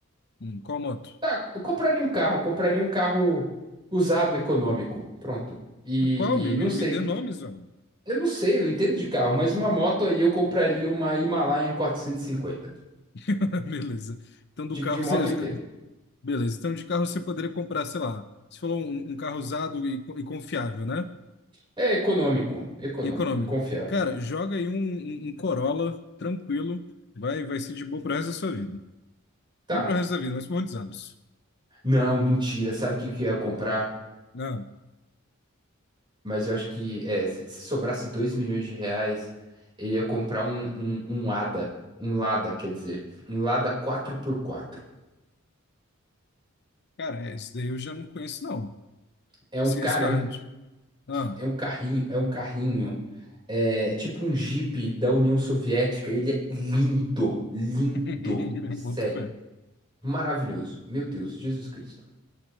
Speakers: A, on the left (about 50°); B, on the right (about 20°).
A: Hum, qual moto?
B: Tá, eu compraria um carro, eu compraria um carro usado econômico. Pronto. E,
A: Qual? Me,
B: e não
A: me,
B: sei.
A: me dê nomes, vamos.
B: Eu não sei, eu não entendo de carro, mas uma moto aí eu compraria uma Himalayan quatrocentos e cinquenta
A: <laughs> Beleza. Então,
B: De,
A: do carro
B: de moto
A: você. você-
B: eu entendo.
A: Beleza. Então, de carro você poderia comprar, sei lá. Você falou um, um carro usado e, co- e confiável, né?
B: É econômico, econômico
A: E econômico.
B: e confiável.
A: Cara, joga aí um, um, um Corolla tranquilo, vai, vai ser de boa pro resto da sua vida.
B: Tá.
A: Não pro resto da vida, mas por muitos anos.
B: Não, mentira. Sabe o que que eu ia comprar?
A: Não,
B: Mas eu acho que é, se se sobrasse 2 milhões de reais, eu ia comprar um, um, um Lada. Um Lada, quer dizer. Um Lada quatro por quatro
A: cara, esse daí eu já não conheço, não.
B: É um
A: Esse,
B: cara,
A: esse carrão
B: é um
A: de- Ah,
B: É um carrinho, é um carrinho. É tipo um Jeep da União Soviética. Ele é lindo, lindo.
A: <laughs>
B: Sério.
A: boto fé.
B: Maravilhoso. Meu Deus, Jesus Cristo.